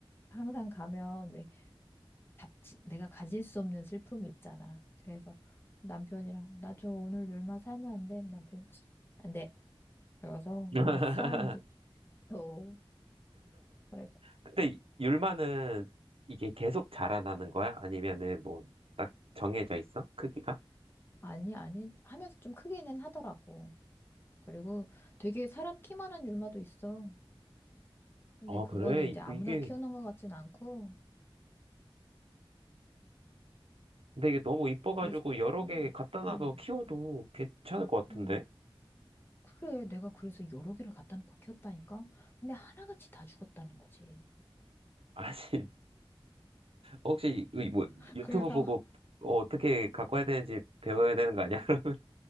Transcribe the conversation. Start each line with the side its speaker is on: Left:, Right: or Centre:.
Left: 항상 가면 왜 잡지, 내가 가질 수 없는 슬픔이 있잖아. 그래서 남편이랑 나 저 오늘 얼마 사면 안 돼? 남편이 안 돼. 그래서
Right: <laughs>
Left: 못 사온 지 어. 그래서
Right: 근데 율마는 이게 계속 자라나는 거야? 아니면은 뭐, 딱 정해져 있어? 크기가?
Left: 아니 아니 하면서 좀 크게는 하더라고. 그리고 되게 사람 키만한 율마도 있어. 근데
Right: 아,
Left: 그거는
Right: 그래?
Left: 이제
Right: 이- 그
Left: 아무나
Right: 이게,
Left: 키우는 것 같진 않고
Right: 근데 이게 너무 이뻐가지고
Left: 그래서
Right: 여러
Left: 음,
Right: 개 갖다 놔서
Left: 음,
Right: 키워도 괜찮을 것 같은데?
Left: 음. 그래 내가 그래서 여러 개를 갖다 놓고 키웠다니까. 근데 하나같이 다 죽었다는 거지.
Right: 아니, <laughs> 혹시 이- 뭐
Left: <laughs>
Right: 유튜브
Left: 그래서
Right: 보고 어, 어떻게 갖고 해야 되는지 배워야 되는 거 아니야? <laughs>